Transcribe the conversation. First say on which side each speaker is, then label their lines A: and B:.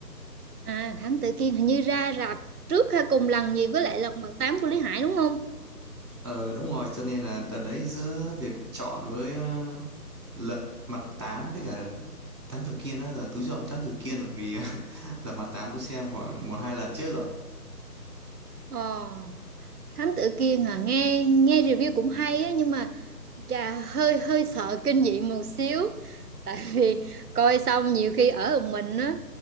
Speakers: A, on the right; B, on the right.
A: À Thám Tử Kiên hình như ra rạp trước hay cùng lần gì với lại Lật Mặt Tám của Lý Hải đúng không?
B: Ờ đúng rồi, cho nên là đợt đấy giữa việc chọn với ờ, Lật Mặt Tám với cả Thám Tử Kiên á, là Tú chọn Thám Tử Kiên bởi vì <laughs> Lật Mặt Tám Tú xem khoảng một hai lần trước rồi
A: Ờ, Thám Tử Kiên à nghe nghe review cũng hay á nhưng mà Chà, hơi hơi sợ kinh dị một xíu tại vì coi xong nhiều khi ở một mình á